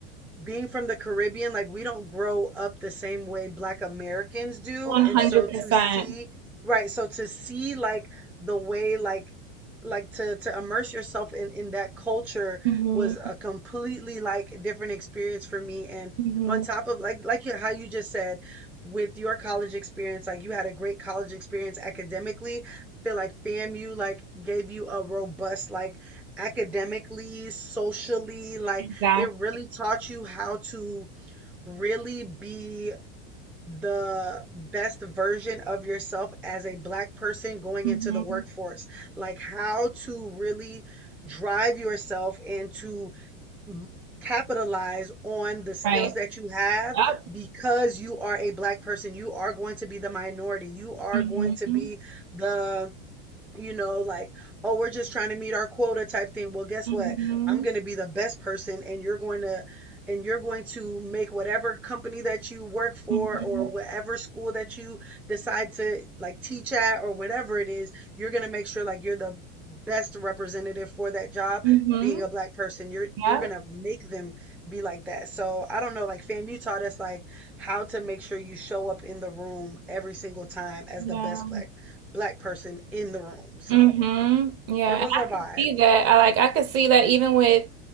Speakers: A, in the centre; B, on the right (about 45°).
A: being from the Caribbean, like we don't grow up the same way Black Americans do.
B: 100%.
A: And so
B: percent
A: to see, right, so to see like the way like like to to immerse yourself in in that culture
B: hmm
A: was a completely like different experience for me. And
B: hmm
A: on top of like like you- how you just said with your college experience, like you had a great college experience academically. I feel like FAMU like gave you a robust like academically, socially, like
B: Exactly.
A: it really taught you how to really be the best version of yourself as a black person going
B: Mhm.
A: into the workforce. Like how to really drive yourself and to m- capitalize on the skills
B: Right.
A: that you have
B: Yep.
A: because you are a black person. You are going to be the minority. You are
B: Mhm.
A: going to be the you know, like, oh, we're just trying to meet our quota type thing. Well, guess
B: Mhm.
A: what? I'm going to be the best person and you're going to and you're going to make whatever company that you work for
B: Mhm.
A: or whatever school that you decide to like teach at or whatever it is, you're going to make sure like you're the best representative for that job
B: Mhm.
A: being a black person. You're
B: Yep.
A: you're going to make them be like that. So, I don't know, like fam, you taught us like how to make sure you show up in the room every single time as
B: Yeah.
A: the best black black person in the room. So
B: Mhm. Yeah.
A: it was
B: And
A: a
B: I
A: vibe.
B: can see that. I like I could see that even with